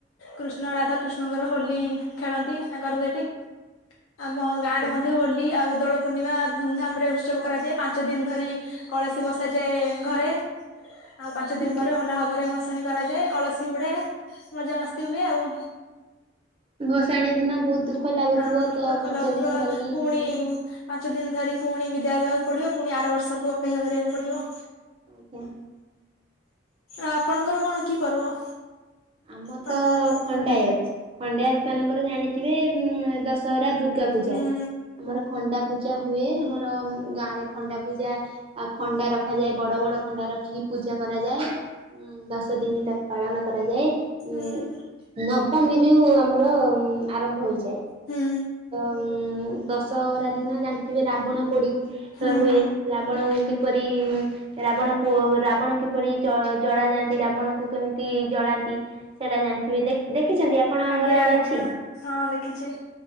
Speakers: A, on the left; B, on the right.
A: କୃଷ୍ଣ ରାଧାକୃଷ୍ଣଙ୍କର ହୋଲି ଖେଳନ୍ତି ତାଙ୍କର ସେଇଠି ଆମ
B: ଆଜ୍ଞା।
A: ଗାଁ ରେ ମଧ୍ୟ ହୋଲି ଆଉ ଦୋଳ ପୂର୍ଣ୍ଣିମା ଧୁମଧାମ ରେ ଉତ୍ସବ କରାଯାଏ ପାଞ୍ଚ ଦିନ ଧରି କଳସୀ ବସାଯାଏ ଘରେ। ଆଉ ପାଞ୍ଚ ଦିନ
B: ଆଜ୍ଞା।
A: ପରେ ଭଲ ଭାବରେ ଭସାଣି କରାଯାଏ କଳସୀ ଵୁଡାଏ ମଜାମସ୍ତି ହୁଏ ଆଉ।
B: ଭସାଣି ଦିନ ବହୁତ ଦୁଃଖ ଲାଗୁଥିବ
A: ହଁ
B: ତ
A: ଦୁଃଖ
B: ପାଞ୍ଚ
A: ଲାଗୁଥିବ
B: ଦିନ ଧରିକି
A: ପୁଣି
B: ଯେମିତି
A: ପାଞ୍ଚ ଦିନ୍ ଧରି ପୁଣି ବିଦାୟ ଦେବାକୁ ପଡିବ ପୁଣି ଆର ବର୍ଷକୁ ଅପେକ୍ଷା କରିବାକୁ ପଡିବ।
B: ଆଜ୍ଞା।
A: ତ ଆପଣଙ୍କର କଣ କି ପର୍ବ?
B: ଆମର
A: ପାଳନ
B: ତ
A: କରାଯାଏ
B: ଖଣ୍ଡାୟତ ଖଣ୍ଡାୟତ ମାନଙ୍କର ଜାଣିଥିବେ ଉମ୍ ଦଶହରା ଦୂର ଦୁର୍ଗା ପୂଜା
A: ହୁଁ
B: ଆମର ଖଣ୍ଡା ପୂଜା ହୁଏ ଆମର ଗାଁ ରେ ଖଣ୍ଡା ପୂଜା ଆ ଖଣ୍ଡା ରଖାଯାଏ ବଡ ବଡ ଖଣ୍ଡା ରଖି କି ପୂଜା କରାଯାଏ। ଉଁ ଦଶ ଦିନି ତାକୁ ପାଳନ କରାଯାଏ।
A: ହୁଁ
B: ଉଁ ନବମୀରୁ ଆମର ଆରମ୍ଭ ହୋଇଛି
A: ହୁଁ
B: ତ ଉଁ ଦଶହରା ଦିନ ଜାଣିଥିବେ ରାବଣ ପୋଡି
A: ହୁଁ
B: ତ ହୁଏ ରାବଣ କିପରି ରାବଣ ପୁଅ ରାବଣ କିପରି ଜ ଜଳା ଯାଆନ୍ତି ରାବଣଙ୍କୁ କେମିତି ଜଳାନ୍ତି। ସେଇଟା ଜାଣିଥିବେ ଦେ ଦେଖିଛନ୍ତି ଆପଣଙ୍କ
A: ଆଜ୍ଞା
B: ଘର ଆଡେ
A: ଆଜ୍ଞା
B: ଅଛି।
A: ହଁ ଦେଖିଛି